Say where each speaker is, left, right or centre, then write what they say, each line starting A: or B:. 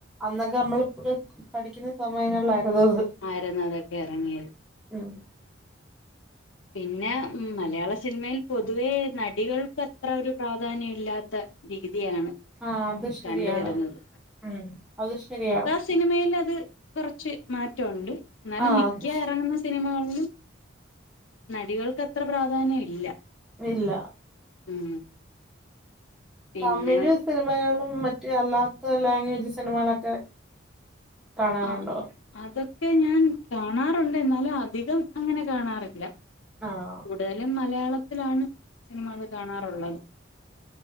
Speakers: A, in the centre; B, on the left.
A: അന്നൊക്കെ നമ്മളു പു പഠിക്കുന്ന സമയങ്ങളിലായിരുന്നത്
B: ആരുന്നു അതൊക്കെ എറങ്ങിയത്
A: ഉം
B: പിന്നെ മം മലയാള സിനിമയിൽ പൊതുവേ നടികൾക്കത്ര ഒരു പ്രാധാന്യം ഇല്ലാത്ത രീതിയാണ്
A: ആഹ് അത് ശരിയാണ്
B: കണ്ടുവരുന്നത്
A: ഉം അത് ശരിയാണ്
B: സിനിമേലത് കുറച്ച് മാറ്റൊണ്ട് എന്നാലും
A: ആഹ്
B: മിക്ക
A: അത് ശ-
B: എറങ്ങുന്ന സിനിമകളിലും നടികൾക്കത്ര പ്രാധാന്യം ഇല്ല
A: ഇല്ല
B: ഉം പിന്നെ
A: തമിഴ് സിനിമകളും മറ്റ് അല്ലാത്ത ലാഗ്വേജ് സിനിമകളൊക്കെ കാണാറുണ്ടോ
B: ആ അതൊക്കെ ഞാൻ കാണാറുണ്ട് എന്നാലും അധികം അങ്ങനെ കാണാറില്ല
A: ആണോ
B: കൂടുതലും മലയാളത്തിലാണ് സിനിമകള് കാണാറുള്ളത്